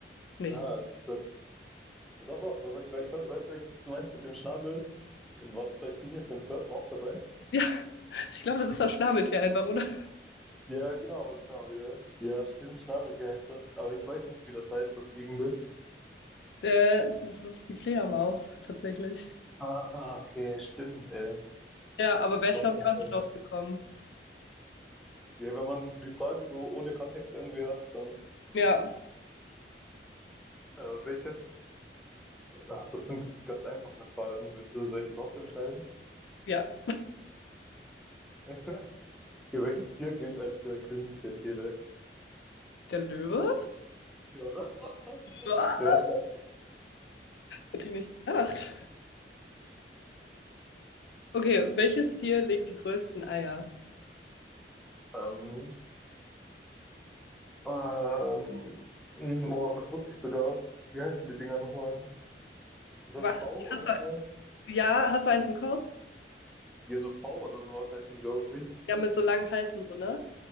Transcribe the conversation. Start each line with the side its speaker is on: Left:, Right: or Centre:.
Left: Nee.
Centre: Ah, ist das. Doch, doch, doch, doch. Ich, wei- ich glaube, ich weiß, welches du meinst mit dem Schnabel. War das bei Phineas und Ferb auch dabei?
Left: Ja, <laughs> ich glaube, das ist das Schnabeltier einfach, oder?
Centre: Ja, genau, genau, ja. Ja, stimmt, Schnabeltier heißt das. Aber ich weiß nicht, wie das heißt, das Fliegende.
Left: Der, das ist die Fledermaus, tatsächlich.
Centre: Ah, okay, stimmt, ey.
Left: Ja, aber wäre
Centre: Ich glaube,
Left: ich, glaube
Centre: ja,
Left: ich, auch nicht
Centre: ja.
Left: drauf gekommen.
Centre: Ja, wenn man die Frage so ohne Kontext irgendwie hört, dann
Left: Ja,
Centre: äh, welches? Ah, das sind ganz einfache Fragen. Willst du, soll ich die trotzdem schnell?
Left: ja.
Centre: <laughs> Welches Tier gilt als der König der Tiere?
Left: Der Löwe?
Centre: Ja. <laughs>
Left: Ja,
Centre: Ja, stark.
Left: hätte ich nicht gedacht. Okay, welches Tier legt die größten Eier?
Centre: Ähm, ähm, mh, boah, das wusste ich sogar. Wie heißen die Dinger nochmal? Ist
Left: Was,
Centre: das V
Left: hast
Centre: oder
Left: du
Centre: so?
Left: Ja, hast du eins im Kopf?
Centre: Ja, so V oder sowas heißen die, glaube ich.
Left: Ja, mit so langem Hals und so, ne?